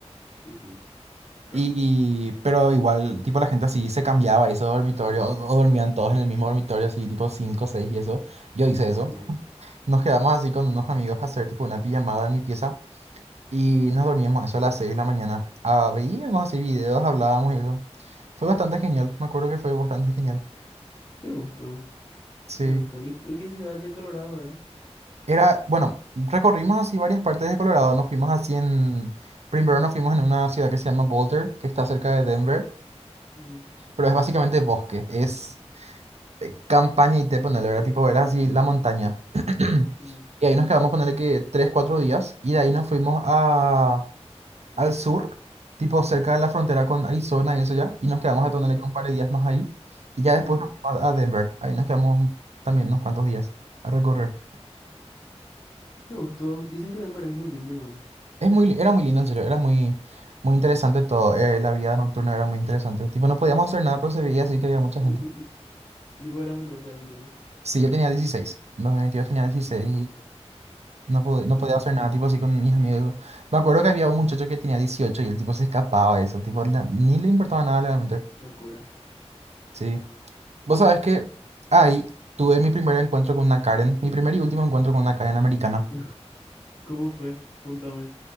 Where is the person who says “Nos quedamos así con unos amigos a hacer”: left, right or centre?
Right